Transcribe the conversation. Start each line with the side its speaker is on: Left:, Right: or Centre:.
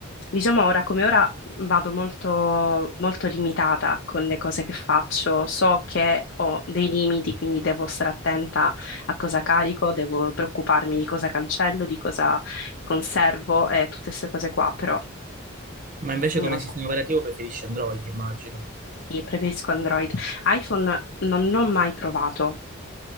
Left: Diciamo ora come ora vado molto, molto limitata con le cose che faccio, so che ho dei limiti, quindi devo stare attenta a cosa carico, devo preoccuparmi di cosa cancello, di cosa conservo e tutte queste cose qua, però
Right: Ma invece
Left: non
Right: come
Left: lo
Right: sistema
Left: so.
Right: operativo preferisci Android, immagino.
Left: Sì, preferisco Android. iPhone non ho mai provato,